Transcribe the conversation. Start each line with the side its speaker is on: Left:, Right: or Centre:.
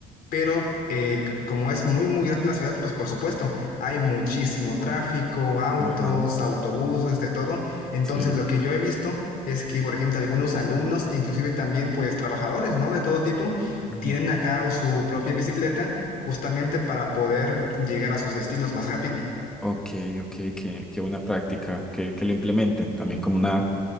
Left: pero eh, como es muy, muy grande la ciudad, pues por supuesto, hay muchísimo tráfico, autos,
Centre: Ajá.
Left: autobuses, de todo. Entonces,
Centre: Sí.
Left: lo que yo he visto es que, por ejemplo, algunos alumnos, e inclusive también, pues, trabajadores, ¿no? De todo tipo,
Centre: Ujú.
Left: tienen acá su propia bicicleta justamente para poder llegar a sus destinos más rápido.
Centre: Ok, ok, qué, qué buena práctica, que, que lo implementen también como una,